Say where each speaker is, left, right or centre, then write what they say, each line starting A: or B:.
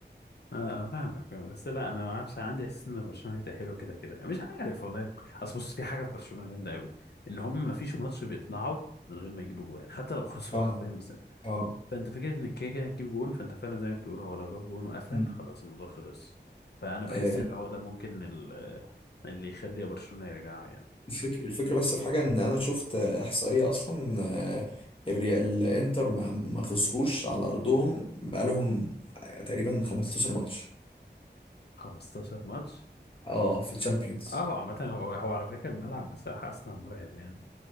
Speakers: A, on the left; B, on the left.
A: اه آه، فاهمك آه، بس لا انا ما اعرفش عندي احساس ان برشلونه هيتاهلوا كده كده يعني مش عارف والله اصل بص في حاجه في برشلونه جامده قوي ان هم ما فيش ماتش بيطلعوا من غير ما يجيبوا جوان حتى لو خسروا
B: اه
A: حرفيا بس
B: اه
A: فانت فكره ان كده كده هتجيب جون فانت فعلا زي ما بتقول هو لو جاب جون وقفل
B: مم.
A: خلاص الموضوع خلص فانا
B: آه،
A: بحس ان هو ده ممكن ال- آه، اللي يخلي برشلونه يرجع يعني
B: الفك... الفكرة بس في حاجة ان انا شفت احصائية اصلا آه، الري... الانتر ما... ما خسروش على ارضهم بقالهم تقريبا 15 ماتش
A: 15 ماتش
B: اه في الشامبيونز
A: اه هو عامه هو هو على فكره الملعب بصراحه اصلا مرعب يعني